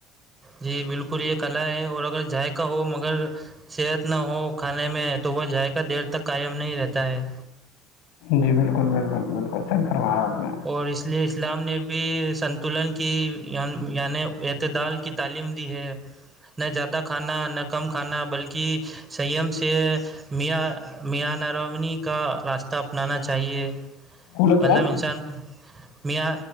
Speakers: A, on the right; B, on the left.
A: جی بالکل یہ کلا ہے اور اگر ذائقہ ہو مگر صحت نہ ہو کھانے میں تو وہ ذایقہ دیر تک قائم نہیں رہتا ہے
B: جی بالکل بالکل بالکل صحیح فرمایا آپ نے
A: اور اس اس لیے اسلام نے بھی سنتولن کی یعنی اعتدال کی تعلیم دی ہے نہ زیادہ کھانا نہ کم کھانا بلکہ سیم سے میاں میاں نرامنی کا راستہ اپنانا چاہیے
B: کولر چلاؤں
A: مطلب انسان کو میاں